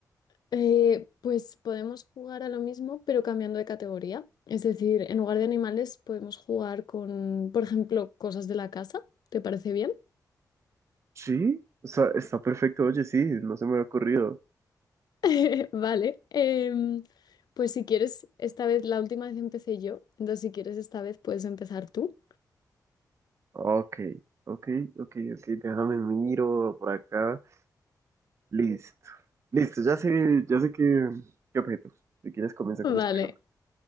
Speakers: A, on the left; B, on the right.
A: Eh, pues podemos jugar a lo mismo, pero cambiando de categoría. Es decir, en lugar de animales podemos jugar con, por ejemplo, cosas de la casa. ¿Te parece bien?
B: Sí, o sea, está perfecto. Oye, sí, no se me ha ocurrido.
A: <laughs> Vale. Em, pues si quieres, esta vez, la última vez empecé yo, entonces si quieres esta vez puedes empezar tú.
B: Ok, ok, ok, ok, déjame miro por acá. Listo, listo, ya sé, ya sé qué, qué objeto. Si quieres, comienza
A: Vale,
B: con las preguntas.